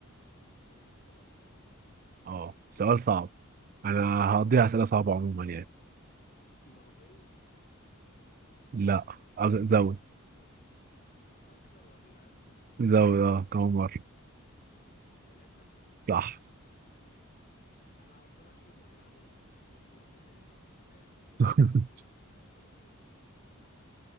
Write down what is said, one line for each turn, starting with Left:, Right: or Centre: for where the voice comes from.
Left: دوري ابطال افريقيا
Right: اه سؤال صعب انا هقضيها اسئله صعبه عموما يعني
Left: مرتين
Right: لا أغ- زود
Left: اكتر ولا
Right: زود اه كم مره
Left: ثلاثه
Right: صح
Left: انا اصلا احنا ما يعني ما وصلناش نهائيات <laughs> افريقيا كتير
Right: <laughs>
Left: اصلا عشان نقابل فرق تونسيه